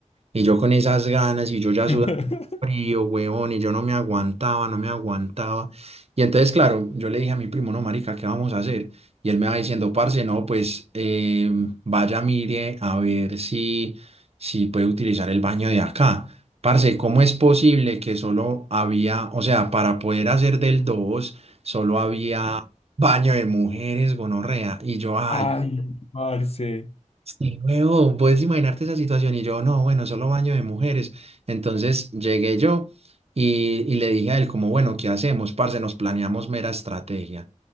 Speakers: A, on the right (about 50°); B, on the left (about 50°).
A: Y yo con esas ganas y yo ya
B: <laughs>
A: sudando. frío, huevón, y yo no me aguantaba, no me aguantaba. Y entonces, claro, yo le dije a mi primo, no, marica, ¿qué vamos a hacer? Y él me va diciendo, parce, no, pues eh, vaya, mire, a ver si, si puede utilizar el baño de acá. Parce, ¿cómo es posible que solo había, o sea, para poder hacer del 2 solo había baño de mujeres, gonorrea? Y yo, ay,
B: Ay, parce.
A: Sí, huevón, puedes imaginarte esa situación y yo, no, bueno, solo baño de mujeres. Entonces llegué yo y, y le dije a él como, bueno, ¿qué hacemos, parce? Nos planeamos mera estrategia.